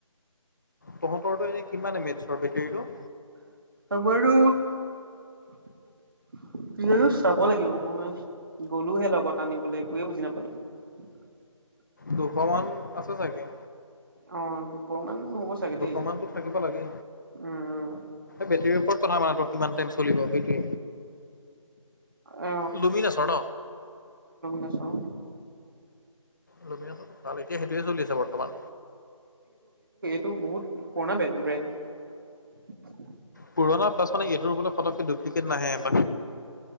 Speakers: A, on the left; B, on the right.
A: তহঁতৰটো এনে কিমান মেটছৰ বেটৰীটো।
B: আমাৰতো চাব লাগিব মই গ'লোহে লগত আনিবলৈ একোৱে বুজি নাপালোঁ। <unintelligible>
A: দুশ মান আছে চাগে।
B: অ দুশ মান হ'ব চাগে
A: দুশমানতটো
B: দেই
A: থাকিব লাগে।
B: উম
A: বেটেৰীৰ ওপৰত কথা মানো কিমান টাইম চলিব সেইটোৱে।
B: অ
A: লুমিনাছৰ ন?
B: নাচাও
A: লুমিনাছ থকালৈকে এতিয়া সেইটোয়ে চলি আছে বৰ্তমান।
B: তো বহুত পুৰণা বেন ব্ৰেণ্ড।
A: পুৰণা পাছতে এইটোৰ বোলে ফতককে ডুপ্লিকেট নাহে। বাকী